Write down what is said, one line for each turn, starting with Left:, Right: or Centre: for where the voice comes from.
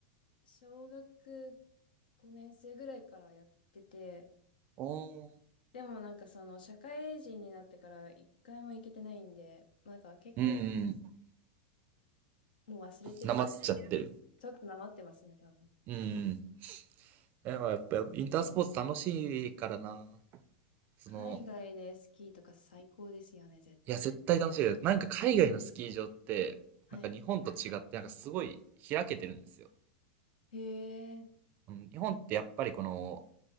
Left: 小学5年生ぐらいからやってて、
Right: おー。
Left: でもなんかその社会人になってから一回も行けてないんで、なんか結構
Right: うんうん。
Left: もう忘れてるかもしれない。
Right: なまっちゃってる。
Left: ちょっとなまってますね、多分。
Right: うんうん。え、まあ、やっぱ、インタースポーツ楽しいからな。その、
Left: 海外でスキーとか最高ですよね、絶対。
Right: いや、絶対楽しいです。なんか海外のスキー場って、
Left: はい。
Right: なんか日本と違って、なんかすごい開けてるんですよ。
Left: へえ。
Right: うん日本ってやっぱりこの、